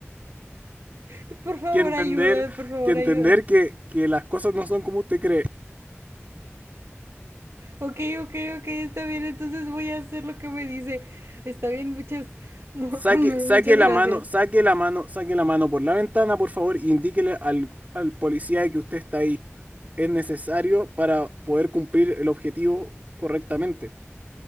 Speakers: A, on the right; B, on the right.
A: y- por favor,
B: que entender,
A: ayuda, por favor,
B: que entender
A: ayuda.
B: que, que las cosas no son como usted cree.
A: Ok, ok, ok, está bien, entonces voy a hacer lo que me dice. Está bien, muchas, <laughs> mu-
B: Saque,
A: <clears throat>
B: saque
A: muchas
B: la
A: gracias.
B: mano, saque la mano, saque la mano por la ventana, por favor, e indíquele al, al policía de que usted está ahí. Es necesario para poder cumplir el objetivo correctamente.